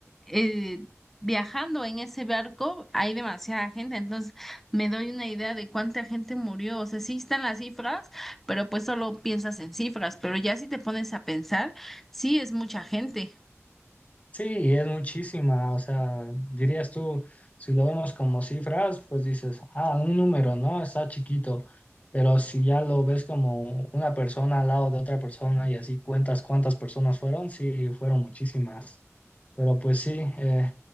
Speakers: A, in the centre; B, on the left.
A: eh, viajando en ese barco, hay demasiada gente. Entonces me doy una idea de cuánta gente murió. O sea, sí están las cifras, pero pues solo piensas en cifras. Pero ya si te pones a pensar, sí es mucha gente.
B: Sí, y es muchísima, o sea, dirías tú, si lo vemos como cifras, pues dices, ah, un número, ¿no? Está chiquito, pero si ya lo ves como una persona al lado de otra persona y así cuentas cuántas personas fueron, sí, fueron muchísimas, pero pues sí, eh,